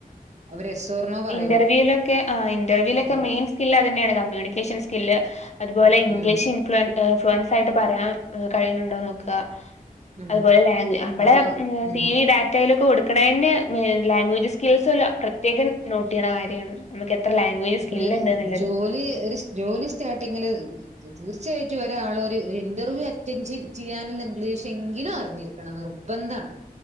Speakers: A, on the right; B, on the left.
A: അവര് എസ് ഓർ നോ പറയുള്ളൂ
B: ഇന്റർവ്യൂലൊക്കെ ആ ഇന്റർവ്യൂലൊക്കെ
A: അതെ
B: മെയിൻ സ്കില്ല് അതന്നെയാണ് കമ്മ്യൂണിക്കേഷൻ സ്കില്ല് അത് തുപോലെ
A: ഉം
B: ഇംഗ്ലീഷ് ഇൻഫ്ലുവൻ ഏഹ്ഫൺ വ്യക്തായിട്ട് പറയാൻ കയ്യിണ് ണ്ടോ നോ ക
A: ഉം
B: അതുപോലെ ലാങ് അമ്മളെ
A: അപ്പൊ
B: സി
A: ഉം
B: വി ഡാറ്റയിലൊക്കെ കൊടുക് ക്കണേന്നെ ലാംഗ്വേജസ് കിൽസുള്ള പ്രത്യേകൻ കുട്ട്യാളെ കാര്യാണ് നമ്മക്ക് എത്ര ലാംഗ്വേജ്
A: അത്രി
B: സ്കില്ല് ഉണ്ട്ന്നുള്ളത്
A: ജോലി ഒരു ജോലി സ്റ്റാർട്ടിങ്ങില് തീർച്ചയായിട്ടും ഒരാള് ഒരു ഇന്റർവ്യൂ അറ്റൻഡ് ചെയ്യാനുള്ള ഇംഗ്ലീഷ് എങ്കിലും അറിഞ്ഞിരിക്കണം നിർബന്ധാണ്